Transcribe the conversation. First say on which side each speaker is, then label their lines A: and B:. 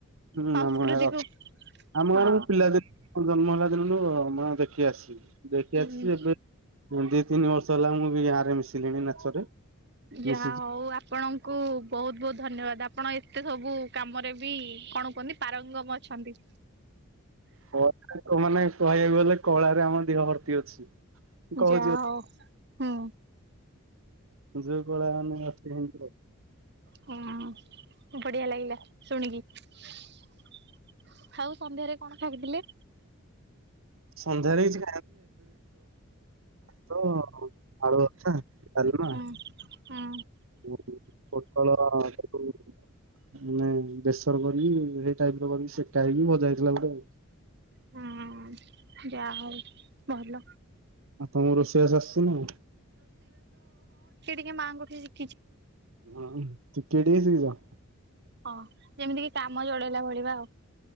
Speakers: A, on the right; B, on the right.
A: ହୁଁ।
B: ସଂସ୍କୃତିକୁ।
A: ଆମ ଗାଁ ରେ ଅଛି। ଆମ
B: ହଁ
A: ଗାଁ ରେ ମୁଁ ପିଲାଦିନ ଜନ୍ମ ହେଲା ଦିନରୁୁ ମୁଁ ଦେଖି ଆସିିଛି। ଦେଖି
B: ହୁଁ
A: ଆସିଛି ଏବେ ଦି ତିନି ବର୍ଷ ହେଲା ମୁଁ ବି ଗାଁ ରେ ମିଶିଲିଣି ନାଚରେ
B: ଯାହା
A: ମିଶିଛି।
B: ହଉ ଆପଣଙ୍କୁ ବହୁତ ବହୁତ ଧନ୍ୟବାଦ। ଆପଣ ଏତେ ସବୁ କାମରେ ବି କଣ କୁହନ୍ତି ପାରଙ୍ଗମ ଅଛନ୍ତି।
A: କଳା ମାନେ କହିବାକୁ ଗଲେ କଳାରେ ଆମ ଦେହ ଭର୍ତ୍ତି ଅଛି। କହୁଛି
B: ଯା ହଉ ହୁଁ।
A: ଯୋଉ କଳା ମାନେ ଅଛି।
B: ହୁଁ। ବଢିଆ ଲାଗିଲା ଶୁଣିକି ଆଉ ସନ୍ଧ୍ୟାରେ କଣ ଖାଉଥିଲେ?
A: ସନ୍ଧ୍ୟାରେ କିଛି ତ ଆଳୁଭର୍ତା, ଡାଲମା।
B: ହୁଁ। ହୁଁ
A: <unintelligible> କଣ ତା ମାନେ ବେସର କରି ସେଇ ଟାଇପ ର କରି ସେକା ହେଇକି ଭଜା ହେଇଥିଲା ଗୋଟେ ଆଉ।
B: ହୁଁ ଯା ହଉ। ଭଲ।
A: ଆ ତମକୁ ରୋଷେଇଆବାସ ଆସିଛି ନା?
B: ମାଁ। <unintelligible>
A: ହଁ। <unintelligible>
B: ହଁ। ଯେମିତି କି କାମ ଜଳେଇଲା ଭଳିଆ ଆଉ।